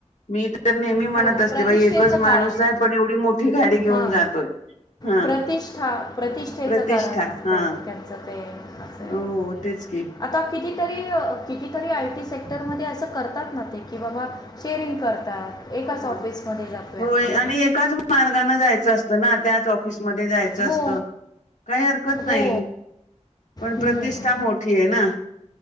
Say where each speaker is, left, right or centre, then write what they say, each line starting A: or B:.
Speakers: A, on the left; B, on the left.
A: मी तर नेहमी म्हणत
B: हो.
A: असते
B: प्रतिष्ठेचं
A: बा एकच माणूसला
B: कारण.
A: आहे पण एवढी मोठी गाडी घेऊन
B: हां.
A: जातोय हा
B: प्रतिष्ठा प्रतिष्ठेचं
A: प्रतिष्ठा
B: कारण असतं
A: हा
B: त्यांचं ते आहे.
A: हो तेच की
B: आता कितीतरी कितीतरी आय टी सेक्टरमध्ये असं करतात ना ते की बाबा चेअरिंग करतात एकाच
A: हो
B: ऑफिसमध्ये जातोय
A: होय
B: आपण.
A: आणि एकाच मार्गाने जायचं असतं ना त्याच ऑफिस जाच
B: हो.
A: असत काही हरकत नाही
B: हो.
A: पण
B: हं.
A: प्रतिष्ठा मोठी आहे ना